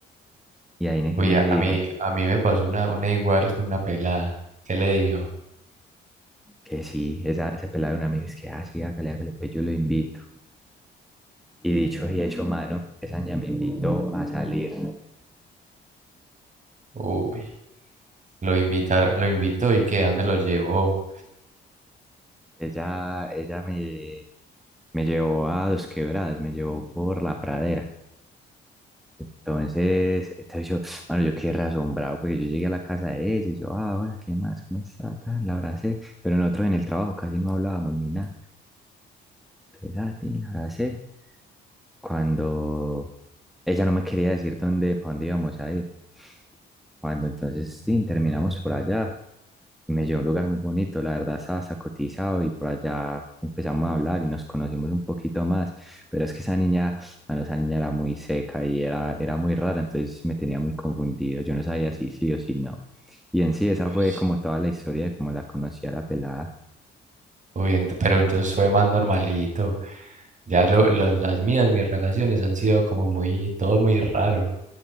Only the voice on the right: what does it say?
uy,
a,
a mí, a mí me pasó una, una igual con una pelada. ¿Qué le dijo?
Uy. Lo invitar, lo invitó y que a dónde lo llevó.
Uy,
uy, ent- pero entonces fue más normalito. Ya lo, lo- las mías, mis relaciones han sido como muy, todo muy raro.